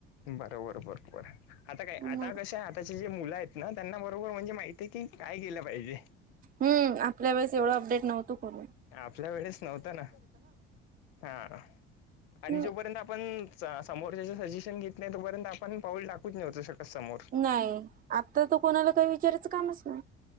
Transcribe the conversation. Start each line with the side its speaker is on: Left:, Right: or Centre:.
Left: बरोबर बरोबर आता काय
Right: हम्म
Left: आता कशे आहे हाताचे. मुल आहेत ना त्यांना बरोबर म्हणजे माहितीे की काय केलं पाहिजे.
Right: हम् आपल्या वेळेस एवढं अपडेट नव्हतो कोण
Left: आपल्या वेळेस नव्हत ना हा
Right: हम्म
Left: आणि जोपर्यंत आपण सा समोरच्याचे सजेशन घेत नाही तोपर्यंत आपण पाऊल टाकूच नवतो शकत समोर.
Right: नाही आता त कोणाला काही विचारायचं कामच नाही.